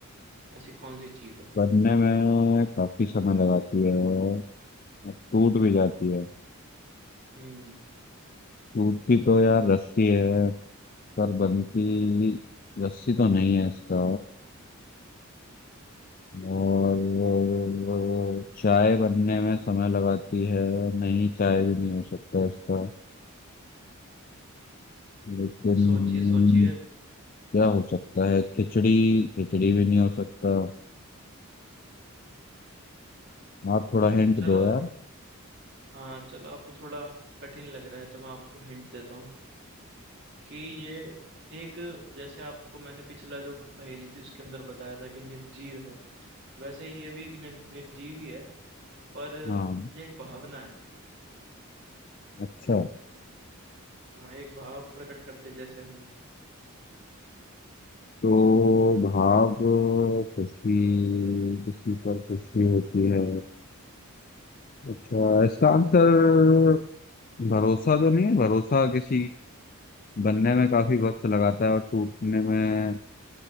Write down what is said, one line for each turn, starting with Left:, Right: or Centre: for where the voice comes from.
Right: ऐसी कौन सी चीज है
Left: बनने में काफी समय लगाती है और टूट भी जाती है
Right: हम्म
Left: टूटती तो यार रस्सी है पर बनती रस्सी तो नहीं है इसका और वो चाय बनने में समय लगाती है नहीं चाय भी नहीं हो सकता इसका लेकिन
Right: सोचिए सोचिए
Left: क्या हो सकता है खिचड़ी खिचड़ी भी नहीं हो सकता आप थोड़ा
Right: हम्म
Left: हिंट
Right: चलो
Left: दो यार
Right: हाँ चलो आपको थोड़ा कठिन लग रहा है तो मैं आपको हिंट देता हूँ कि ये एक जैसे आपको मैंने पिछला जो पहेली थी उसके अंदर बताया था कि निर्जीव है वैसे ही ये भी एक निर, निर्जीव ही है पर
Left: हाँ
Right: ये एक भावना है
Left: अच्छा
Right: हाँ एक भाव प्रकट करते जैसे हम
Left: तो भाव खुशी किसी पर खुशी होती है अच्छा इसका आंसर भरोसा तो नहीं है भरोसा किसी बनने में काफी वक्त लगाता है और टूटने में